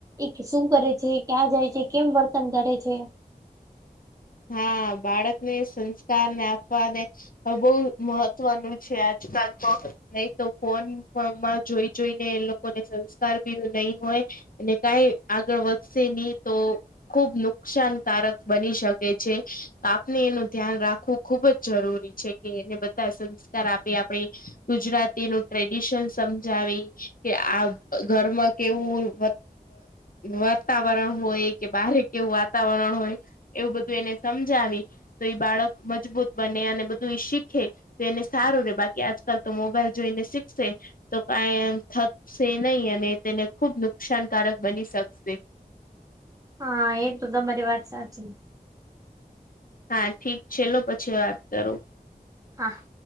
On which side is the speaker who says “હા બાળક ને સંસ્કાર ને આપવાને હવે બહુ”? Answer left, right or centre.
Left